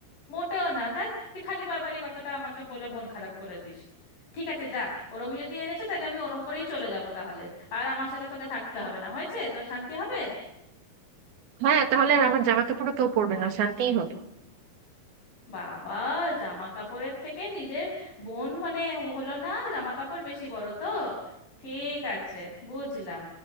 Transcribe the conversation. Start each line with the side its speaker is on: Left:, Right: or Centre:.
Left: মোটেও না দেখ তুই খালি বারবার এই কথাটা আমাকে বলে মন খারাপ করে দিস ঠিক আছে যা ওরমই যদি এনেছে তাহলে আমি ওরম করেই চলে যাব তাহলে আর আমার সাথে তোকে থাকতে হবে না হয়েছে তোর শান্তি হবে
Right: হ্যাঁ তাহলে আর আমার জামা কাপড়ও কেউ পরবে না শান্তিই হবে
Left: বাবা জামা কাপড়ের থেকে নিজের বোন মানে হলো না জামা কাপড় বেশি বড় তো ঠিক আছে বুঝলাম